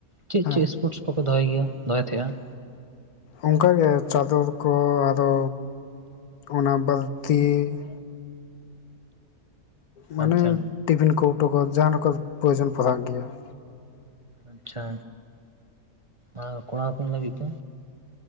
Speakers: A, on the right (about 30°); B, on the left (about 80°).
A: ᱪᱮᱫ
B: ᱦᱮᱸ
A: ᱪᱮᱫ ᱮᱥᱯᱳᱨᱴᱥ ᱠᱚᱯᱮ ᱫᱚᱦᱚᱭ ᱜᱮᱭᱟ ᱫᱚᱦᱚᱭ ᱛᱟᱦᱮᱸᱜᱼᱟ?
B: ᱚᱝᱠᱟ ᱜᱮ ᱪᱟᱫᱚᱨ ᱠᱚ ᱟᱨᱚ ᱚᱱᱟ ᱵᱟᱹᱞᱛᱤ ᱾ ᱢᱟᱱᱮ
A: ᱟᱪᱪᱷᱟ
B: ᱴᱤᱯᱷᱤᱱ ᱠᱳᱣᱴᱚ ᱠᱚ ᱡᱟᱦᱟᱸ ᱨᱮᱠᱚ ᱯᱨᱚᱭᱳᱡᱚᱱ ᱯᱟᱲᱦᱟᱜ ᱜᱮᱭᱟ ᱾
A: ᱟᱪᱪᱷᱟ, ᱟᱨ ᱠᱚᱲᱟ ᱦᱚᱯᱚᱱ ᱞᱟᱹᱜᱤᱫ ᱫᱚ?